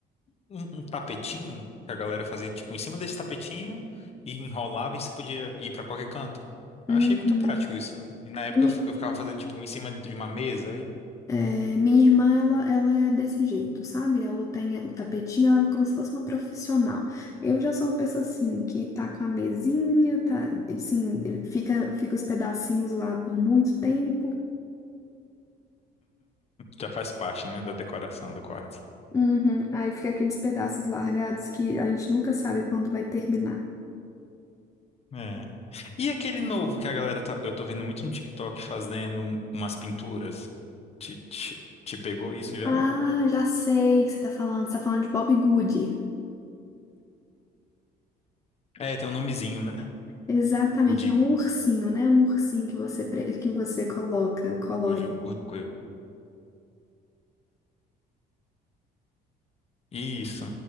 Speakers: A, on the left; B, on the left.
A: Um, um tapetinho que a galera fazia, tipo, em cima desse tapetinho e enrolava e você podia ir pra qualquer canto.
B: Uhum.
A: Eu achei muito prático isso. E na época
B: E,
A: eu, f- eu ficava fazendo, tipo, em cima de uma mesa. aí
B: é, minha irmã, ela, ela é desse jeito, sabe? Ela tem o tapetinho, ela é como se fosse uma profissional. Eu já sou uma pessoa assim, que tá com a mesinha, tá, assim, fica, fica os pedacinhos lá por muito tempo.
A: Já faz parte, né, da decoração do quarto.
B: Uhum. Aí fica aqueles pedaços largados que a gente nunca sabe quando vai terminar.
A: É. E aquele novo que a galera tá, eu tô vendo muito no TikTok fazendo um- umas pinturas. Te, te, te pegou isso já?
B: Ah, já sei o que você tá falando. Você tá falando de Bob Good.
A: É, tem um nomezinho, né?
B: Exatamente,
A: Good,
B: é um ursinho, né? Um ursinho que você, pre- que você coloca, colore.
A: good, good. coisa. Isso.